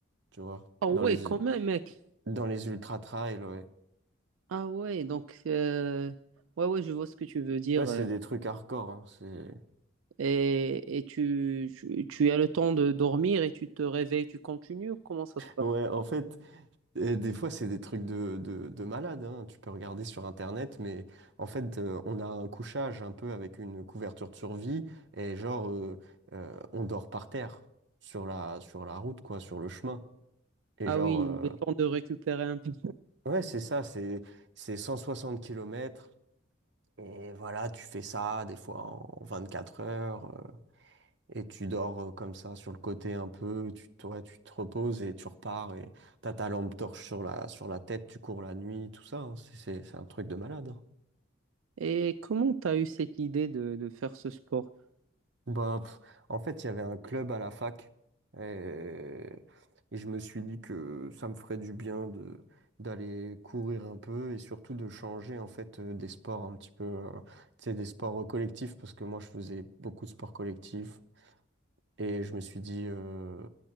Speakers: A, on the right (about 55°); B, on the right (about 80°).
A: tu vois,
B: Ah
A: dans
B: ouais,
A: les
B: quand même, mec.
A: dans les ultra trails. Ouais,
B: Ah ouais, donc, euh, ouais, ouais, je vois ce que tu veux dire.
A: ouais, c'est
B: euh.
A: des trucs hardcore. hein. C'est
B: Et, et tu, tu, tu as le temps de dormir et tu te réveilles, tu continues ou comment ça se passe?
A: ouais, en fait, Et des fois, c'est des trucs de, de, de malade, hein. Tu peux regarder sur Internet, mais en fait, euh, on a un couchage un peu avec une couverture de survie et genre, euh, euh, on dort par terre sur la, sur la route, quoi, sur le chemin. Et
B: Ah
A: genre,
B: oui,
A: euh,
B: le temps de récupérer un peu.
A: ouais, c'est ça, c'est, c'est 160 kilomètres Et voilà, tu fais ça des fois en 24 heures. euh, et tu dors euh, comme ça sur le côté un peu, tu te, ouais, tu te reposes et tu repars et t'as ta lampe torche sur la, sur la tête, tu cours la nuit, tout ça, hein. C'est c'est- c'est un truc de malade. hein.
B: Et comment tu as eu cette idée de, de faire ce sport?
A: Bah, pff, en fait, il y avait un club à la fac et, et je me suis dit que ça me ferait du bien de d'aller courir un peu et surtout de changer en fait euh, des sports un petit peu euh, tu sais des sports collectifs parce que moi je faisais beaucoup de sports collectifs Et je me suis dit euh,